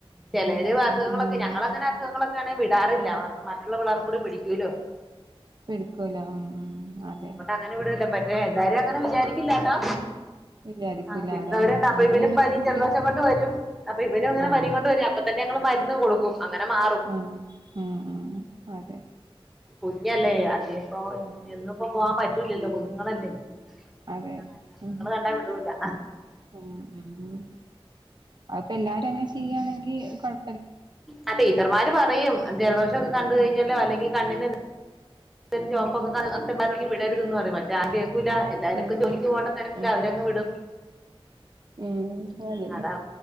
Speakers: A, in the centre; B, on the right.
A: ചിലര്
B: ഉം
A: അസുഖങ്ങളൊക്കെ
B: ഉം
A: ഞങ്ങളങ്ങനെ
B: അതെ
A: അസു ഖങ്ങളക്കെ ആണെ വിടാറില്ല കാരണം മറ്റുള്ള പിള്ളേർക്ക് കൂടി പിടിക്കൂല്ലോ
B: പിടിക്കൂലോ ഉം അതെ
A: അങ്ങെ വിടല്ല പറ്റ എല്ലാരും അങ്ങനെ വിചാരിക്കില്ലാട്ടോ
B: വിചാരിക്കൂല
A: ആ വിടുന്നവരുണ്ട്
B: അതാണ്
A: അപ്പൊ
B: അങ്ങനെയാണ്
A: ഇവനും പനി
B: ഇപ്പൊ കുട്ടികൾക്ക്
A: ജലദോശം കൊണ്ട് വരും അപ്പ ഇവനും ഇങ്ങനെ
B: ആഹ്
A: പനി കൊണ്ട് വരും അപ്പ തന്നെ ഞങൾ മരുന്ന് കൊടുക്കും അങ്ങനെ മാറും
B: ഉ ഉം ഉം അതെ
A: കുഞ്ഞല്ലേ അതിപ്പോ
B: ആഹ്
A: എന്നി ഇപ്പോ പോവാൻ പറ്റൂലല്ലോ കുഞ്ഞുങ്ങളല്ലേ
B: അതെ
A: അങ്ങനെ അസുഖങ്ങള്
B: ഉ
A: കണ്ടാ വിടൂല
B: ഉ ഉ അത്പ്പ എല്ലാരും അങ്ങനെ ചെയ്യയാണെങ്കി കൊഴ്
A: ആ ടീച്ചർമാര് പറയും ജലദോഷം ഒക്കെ കണ്ട് കഴിഞ്ഞാലോ
B: ഉം
A: അല്ലെങ്കിൽ കണ്ണിന് ന്ചുവപ്പ്ക്കൊ
B: ഉം ഉം
A: അത്തെ വിടരുത് എന്ന് പറയും പഷേ ആ കേക്കൂല എല്ലാവർക്കും
B: ഉം
A: ജോലിക്ക് പോണ്ട തരക്കിൽ
B: ഉം
A: അവരങ് വിടും
B: ഉം അതന്നെ
A: അതാ